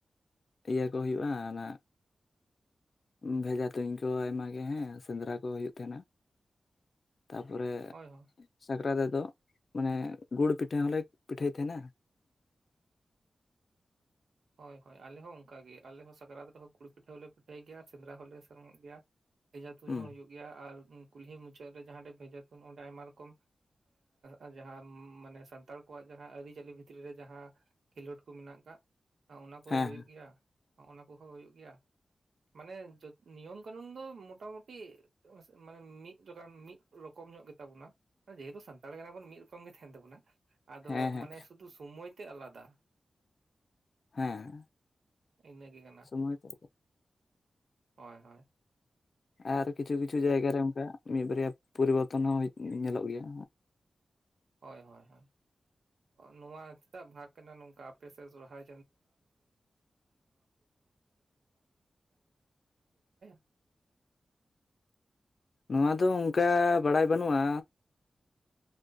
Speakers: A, on the left; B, on the right.
A: ᱤᱭᱟᱹ ᱠᱚ ᱦᱩᱭᱩᱜᱼᱟ ᱚᱱᱟ ᱵᱷᱮᱡᱟ ᱛᱩᱧ ᱠᱚ ᱟᱭᱢᱟ ᱜᱮ ᱦᱮᱸ ᱥᱮᱸᱫᱽᱨᱟ ᱠᱚ ᱦᱩᱭᱩᱜ ᱛᱟᱦᱮᱱᱟ᱾ ᱛᱟᱯᱚᱨᱮ
B: ᱦᱳᱭ ᱦᱳᱭ
A: ᱥᱟᱠᱨᱟᱛ ᱨᱮ ᱟᱫᱚ ᱢᱟᱱᱮ ᱜᱩᱲ ᱯᱤᱴᱷᱟᱹ ᱦᱚᱸᱞᱮ ᱯᱤᱴᱷᱟᱹᱭᱮᱫ ᱛᱟᱦᱮᱱᱟ᱾
B: ᱦᱚᱭ ᱦᱚᱭ ᱟᱞᱮ ᱦᱚᱸ ᱚᱱᱠᱟ ᱜᱮ ᱟᱞᱮ ᱦᱚᱸ ᱥᱟᱠᱨᱟᱛ ᱨᱮᱫᱚ ᱜᱩᱲ ᱯᱤᱴᱷᱟᱹ ᱦᱚᱞᱮ ᱯᱤᱴᱷᱟᱹᱭ ᱜᱮᱭᱟ ᱥᱮᱸᱫᱽᱨᱟ ᱦᱚᱸᱞᱮ ᱥᱮᱱᱚᱜ ᱜᱮᱭᱟ᱾ ᱵᱷᱮᱡᱟ ᱛᱩᱧ
A: ᱦᱩᱸ
B: ᱦᱚᱸ ᱦᱩᱭᱩᱜ ᱜᱮᱭᱟ ᱟᱨ ᱠᱩᱞᱦᱤ ᱢᱩᱪᱟᱹᱫ ᱨᱮ ᱡᱟᱦᱟᱸ ᱨᱮ ᱵᱷᱮᱡᱟ ᱛᱩᱧ ᱚᱸᱰᱮ ᱟᱭᱢᱟ ᱨᱚᱠᱚᱢ ᱟᱨ ᱡᱟᱦᱟᱸ ᱢᱟᱱᱮ ᱥᱟᱱᱛᱟᱲ ᱠᱚᱣᱟᱜ ᱡᱟᱦᱟᱸ ᱟᱹᱨᱤᱪᱟᱹᱞᱤ ᱵᱷᱤᱛᱨᱤ ᱨᱮ ᱡᱟᱦᱟᱸ ᱠᱷᱤᱞᱚᱰ ᱠᱚ ᱢᱮᱱᱟᱜ ᱠᱟᱠ ᱚᱱᱟ ᱠᱚ
A: ᱦᱮᱸ
B: ᱦᱩᱭᱩᱜ ᱜᱮᱭᱟ ᱚᱱᱟ ᱠᱚᱦᱚᱸ ᱦᱩᱭᱩᱜ ᱜᱮᱭᱟ᱾ ᱢᱟᱱᱮ ᱱᱤᱭᱚᱢ ᱠᱟᱹᱱᱩᱱ ᱫᱚ ᱢᱚᱴᱟᱢᱩᱴᱤ ᱢᱟᱱᱮ ᱡᱚᱫᱟᱢ ᱢᱤᱫ ᱨᱚᱠᱚᱢ <unintelligible> ᱟᱫᱚ
A: ᱦᱮᱸ ᱦᱮᱸ
B: ᱢᱟᱱᱮ ᱥᱩᱫᱩ ᱥᱚᱢᱚᱭ ᱛᱮ ᱟᱞᱟᱫᱟ᱾
A: ᱦᱮᱸ᱾
B: ᱤᱱᱟᱹᱜᱮ ᱠᱟᱱᱟ᱾
A: ᱥᱚᱢᱚᱭ ᱛᱮ
B: ᱦᱚᱭ ᱦᱚᱭ᱾
A: ᱟᱨ ᱠᱤᱪᱷᱩ ᱠᱤᱪᱷᱩ ᱡᱟᱭᱜᱟ ᱨᱮ ᱚᱱᱠᱟ ᱢᱤᱫ ᱵᱟᱨᱭᱟ ᱯᱩᱨᱩᱵᱚᱛᱚᱱ ᱦᱚᱸ ᱧᱮᱞᱚᱜ ᱜᱮᱭᱟ᱾
B: ᱦᱚᱭ ᱦᱚᱭ ᱦᱚᱭ ᱱᱚᱣᱟ ᱪᱮᱫᱟᱜ ᱵᱷᱟᱜᱽ ᱠᱟᱱᱟ ᱱᱚᱝᱠᱟ ᱟᱯᱮ ᱥᱮᱫ ᱥᱚᱨᱦᱟᱭ? <unintelligible>
A: ᱱᱚᱣᱟ ᱫᱚ ᱚᱱᱠᱟ ᱵᱟᱲᱟᱭ ᱵᱟᱹᱱᱩᱜᱼᱟ